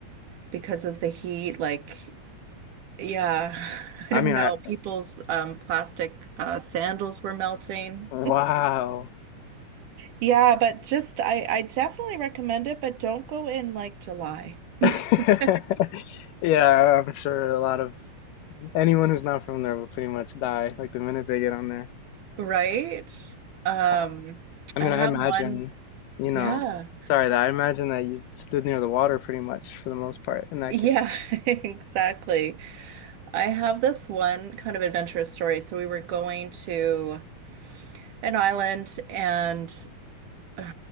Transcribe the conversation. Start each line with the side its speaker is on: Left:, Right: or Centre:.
Right: because of the heat. Like Yeah, <laughs>
Left: I
Right: I don't
Left: mean,
Right: know.
Left: I
Right: People's um, plastic uh, sandals were melting.
Left: wow.
Right: Yeah, but just I I definitely recommend it, but don't go in like July. <laughs>
Left: <laughs> Yeah, I'm sure a lot of anyone who's not from there will pretty much die like the minute they get on there.
Right: Right? Um,
Left: I, I
Right: I
Left: mean,
Right: have
Left: I imagine,
Right: one.
Left: you know,
Right: Yeah.
Left: sorry that I imagine that you stood near the water pretty much for the most part in that
Right: Yeah,
Left: case.
Right: <laughs> exactly. I have this one kind of adventurous story. So we were going to an island and <sighs>